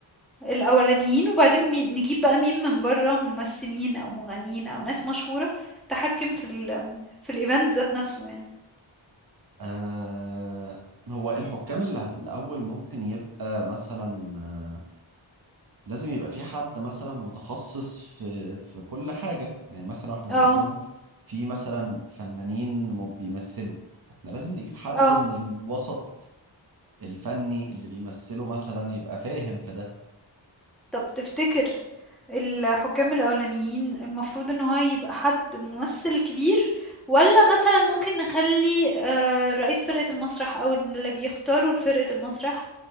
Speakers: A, in the centre; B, on the right.
A: الأولانيين وبعدين مين- نجيب بقى مين من بره ممثلين او مغنيين او ناس مشهورة تحكم في ال في الايفنت ذات نفسه يعني
B: آه هو الحكام اللي هت- الأول ممكن يبقى مثلا آه لازم يبقى في حد مثلا متخصص في في كل حاجة يعني مثلا احنا
A: اه
B: بنقول في مثلا فنانين م- بيمثلوا احنا لازم نجيب حد
A: اه
B: من الوسط الفني اللي بيمثله مثلا يبقى فاهم في ده
A: طب تفتكر الحكام الأولانيين المفروض إن هو يبقى حد ممثل كبير ولا مثلا ممكن نخلي آه، رئيس فرقة المسرح أو اللي بيختاروا فرقة المسرح